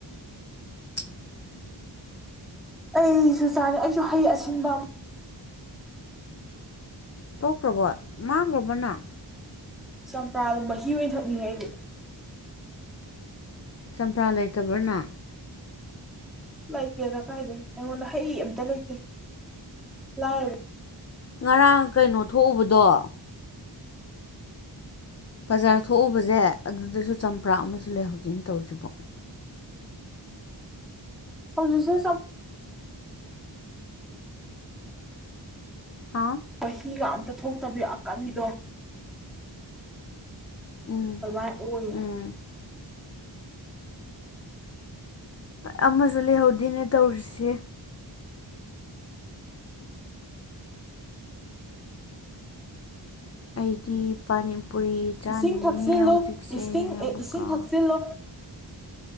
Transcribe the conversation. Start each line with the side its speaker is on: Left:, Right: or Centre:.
Left: <inaudible>
Centre: ꯑꯩꯁꯨ ꯆꯥꯅꯩ ꯑꯩꯁꯨ ꯍꯩ ꯑꯁꯤꯟꯕ
Left: ꯇꯣꯛꯈ꯭ꯔꯕꯣ ꯃꯥꯡꯈ꯭ꯔꯕꯅ
Centre: ꯆꯝꯄ꯭ꯔꯥ ꯃꯍꯤ ꯑꯣꯏꯅ ꯊꯛꯅꯤꯡꯉ ꯑꯩꯗꯤ
Left: ꯆꯝꯄ꯭ꯔꯥ ꯂꯩꯇꯕ꯭ꯔꯅ
Centre: ꯂꯩꯇꯦꯗ ꯀꯥꯏꯗ ꯑꯩꯉꯣꯟꯗ ꯍꯩ ꯑꯝꯇ ꯂꯩꯇꯦ ꯂꯥꯏꯔ
Left: ꯉꯔꯥꯡ ꯀꯩꯅꯣ ꯊꯣꯛꯎꯕꯗꯣ ꯕꯖꯥꯔ ꯊꯣꯛꯎꯕꯁꯦ ꯑꯗꯨꯗꯁꯨ ꯆꯝꯄ꯭ꯔꯥ ꯑꯃꯁꯨ ꯂꯩꯍꯧꯗꯦꯅ ꯇꯧꯔꯤꯁꯤꯕꯣ
Centre: ꯍꯧꯁ
Left: ꯍꯥ
Centre: ꯍꯤꯒ ꯑꯝꯇ ꯊꯣꯛꯇꯕꯤ ꯑꯀꯟꯕꯤꯗꯣ
Left: ꯎꯝ
Centre: ꯃꯥꯥꯏ ꯑꯣꯏ
Left: ꯎꯝ ꯑꯃꯁꯨ ꯂꯩꯍꯧꯗꯣꯏꯅꯦ ꯇꯧꯔꯤꯁꯦ ꯑꯩꯗꯤ ꯄꯅꯤꯄꯨꯔꯤ ꯆꯥꯅꯤꯡꯉꯦ
Centre: ꯏꯁꯤꯡ ꯊꯛꯆꯤꯜꯂꯨ
Left: ꯍꯧꯖꯤꯛꯁꯦ
Centre: ꯏꯁꯤꯡ
Left: ꯑꯃꯨꯛꯀ
Centre: ꯑꯦ ꯏꯁꯤꯡ ꯊꯛꯆꯤꯜꯂꯨ